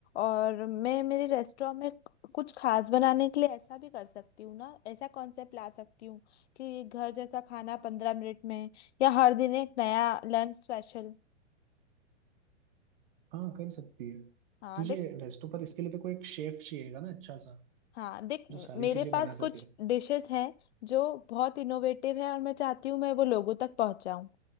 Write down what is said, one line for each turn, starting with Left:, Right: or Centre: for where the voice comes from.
Left: और मैं मेरे रेस्टोरेंट में क- कुछ खास बनाने के लिए ऐसा भी कर सकती हूँ ना ऐसा कॉन्सेप्ट ला सकती हूँ कि घर जैसा खाना पंद्रह मिनट में या हर दिन एक नया लंच स्पेशल
Right: हाँ कर सकती है
Left: हाँ
Right: तुझे
Left: देख
Right: रेस्टो पर इसके लिए तो कोई एक शेफ चाहिएगा ना अच्छा सा
Left: हाँ देख म-
Right: जो सारी
Left: मेरे
Right: चीजें
Left: पास
Right: बना
Left: कुछ
Right: सके
Left: डिशेस हैं जो बहुत इनोवेटिव है और मैं चाहती हूँ मैं वो लोगों तक पहुँचाऊँ